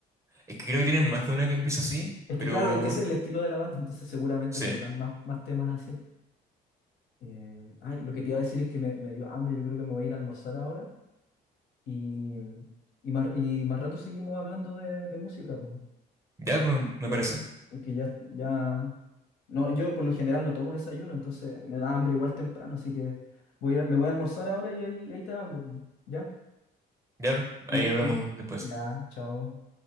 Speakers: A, on the right; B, on the left.
A: Es que creo que tienen más de una que empieza así,
B: Es que
A: pero...
B: claro, es que ese es el estilo de la banda, entonces seguramente
A: Sí,
B: tendrán más, más temas así. Eh, ay, lo que te iba a decir es que me, me dio hambre, yo creo que me voy a ir a almorzar ahora y, y, más, y más rato seguimos hablando de, de música, pues,
A: ya me, me
B: que-
A: parece.
B: porque ya, ya, no, yo por lo general no tomo desayuno, entonces me da hambre igual temprano, así que voy a- me voy a almorzar ahora y ahí, y ahí te hablo, pues, ¿ya?
A: Ya, ahí
B: Un gusto,
A: hablamos después.
B: ya, chao.